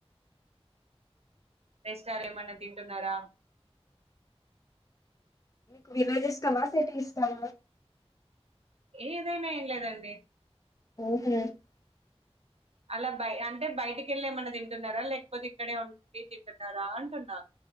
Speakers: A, on the right; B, on the left.
A: సార్ ఏమన్నా తింటున్నారా
B: మీకు విలేజ్ ఇష్టమా సిటీ ఇష్టమా
A: ఏదైనా ఏం లేదండి
B: <inaudible>
A: అలా బయ అంటే బయటికి వెళ్ళి ఏమన్నా తింటున్నారా లేకపోతే ఇక్కడే ఉంటుడి తింటున్నారా అంటున్నా